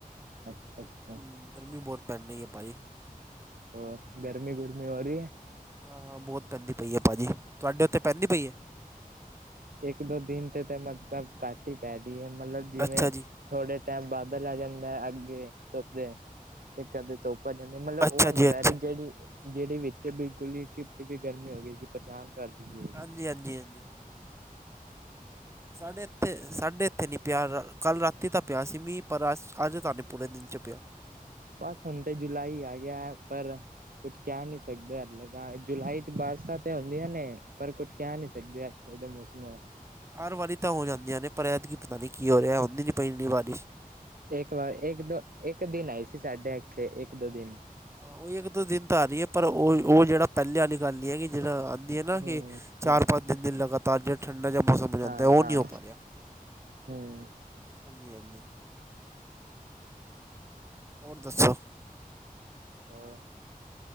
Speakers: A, on the right (about 75°); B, on the right (about 20°).
A: ਅੱਛਾ ਅੱਛਾ
B: ਹੂੰ ਗਰਮੀ ਬਹੁਤ ਪੈਣੀ ਹੈ ਭਾਈ
A: ਹੋਰ ਗਰਮੀ ਗਰਮੀ ਹੋ ਰਹੀ
B: ਹਾਂ ਬਹੁਤ ਪੈਂਦੀ ਪਈ ਹੈ ਭਾਅ ਜੀ ਤੁਹਾਡੇ ਉੱਥੇ ਪੈਂਦੀ ਪਈ ਹੈ
A: ਇੱਕ ਦੋ ਦਿਨ ਤੇ ਤੇ ਮਤਲਬ ਕੱਟ ਹੀ ਪੈਦੀ ਹੈ ਮਤਲਬ ਜਿਵੇਂ
B: ਅੱਛਾ ਜੀ
A: ਥੋੜੇ ਟਾਈਮ ਬਾਦਲ ਆ ਜਾਂਦਾ ਹੈ ਅੱਗੇ ਧੁੱਪ ਦੇ ਤੇ ਕਦੇ ਧੁੱਪ ਆ ਜਾਂਦੀ ਹੈ ਮਤਲਬ
B: ਅੱਛਾ
A: ਉਹ ਨੀ
B: ਜੀ ਅੱਛਾ
A: ਪੈ ਰਹੀ ਜਿਹੜੀ ਜਿਹੜੀ ਵਿੱਚ ਬਿਲਕੁਲ ਹੀ ਚਿਪ ਚਪੀ ਗਰਮੀ ਹੋ ਗਈ ਸੀ ਬਰਸਾਤ ਕਰਕੇ
B: ਹਾਂਜੀ ਹਾਂਜੀ ਹਾਂਜੀ ਸਾਡੇ ਇੱਥੇ ਸਾਡੇ ਇੱਥੇ ਨਹੀਂ ਪਿਆ ਕੱਲ ਰਾਤੀ ਤਾਂ ਪਿਆ ਸੀ ਮ ਪਰ ਅ ਅੱਜ ਤਾਂ ਨਹੀਂ ਪੂਰੇ ਦਿਨ 'ਚ ਪਿਆ
A: ਬਸ ਹੁਣ ਤੇ ਜੁਲਾਈ ਹੀ ਆ ਗਿਆ ਹੈ ਪਰ ਕੁਛ ਕਹਿ ਨਹੀਂ ਸਕਦੇ ਹਲੇ ਜੁਲਾਈ ਚ ਬਾਰਿਸ਼ਾਂ ਤੇ ਹੁੰਦੀਆਂ ਨੇ ਪਰ ਕੁੱਝ ਕਹਿ ਨਹੀਂ ਸਕਦੇ ਅੱਜ ਕੱਲ੍ਹ ਦੇ ਮੌਸਮ
B: ਹਰ ਵਾਰੀ ਤਾਂ ਹੋ ਜਾਂਦੀਆਂ ਨੇ ਪਰ ਇਤਕੀ ਪਤਾ ਨਹੀਂ ਕੀ ਹੋ ਰਿਹਾ ਹੁੰਦੀ ਨਹੀਂ ਪਈ ਨਹੀਂ ਬਾਰਿਸ਼
A: ਇੱਕ ਵਾਰ ਇੱਕ ਦੋ ਇੱਕ ਦਿਨ ਆਈ ਸੀ ਸਾਢੇ ਇਥੇ ਇੱਕ ਦੋ ਦਿਨ
B: ਹਾਂ, ਉਹ ਇੱਕ ਦੋ ਦਿਨ ਤਾਂ ਆਰੀ ਹੈ ਪਰ ਉਹ ਉਹ ਜਿਹੜਾ ਪਹਿਲੇ ਵਾਲੀ ਗੱਲ ਨਹੀਂ ਹੈ ਕਿ ਜਹੜਾ ਹੈ ਨਾ ਕਿ
A: ਹੂੰ
B: ਚਾਰ
A: ਹੂੰ
B: ਪੰਜ ਦਿਨ ਦਿਨ ਲਗਾਤਾਰ ਜਿੜਾ ਠੰਡਾ ਜ ਮੌਸਮ ਲਗਦਾ
A: ਹਾਂ
B: ਉਹ
A: ਹਾਂ
B: ਨਹੀਂ ਹੋ ਪਾ ਰਿਹਾ
A: ਹੂੰ
B: ਹਾਂਜੀ ਹਾਂਜੀ ਹੋਰ ਦੱਸੋ
A: ਹੋਰ